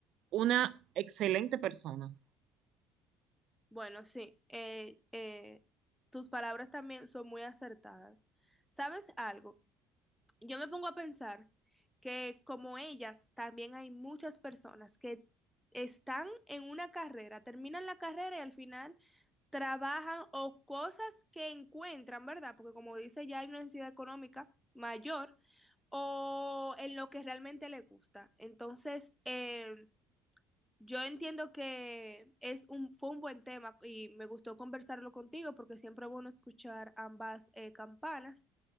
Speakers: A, on the right; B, in the centre.
A: una excelente persona.
B: Bueno, sí, eh, eh, tus palabras también son muy acertadas. ¿Sabes algo? Yo me pongo a pensar que como ellas, también hay muchas personas que están en una carrera, terminan la carrera y al final trabajan o cosas que encuentran, ¿verdad? Porque como dice, ya hay una necesidad económica mayor o en lo que realmente le gusta. Entonces, eh, yo entiendo que es un, fue un buen tema y me gustó conversarlo contigo porque siempre es bueno escuchar ambas eh, campanas.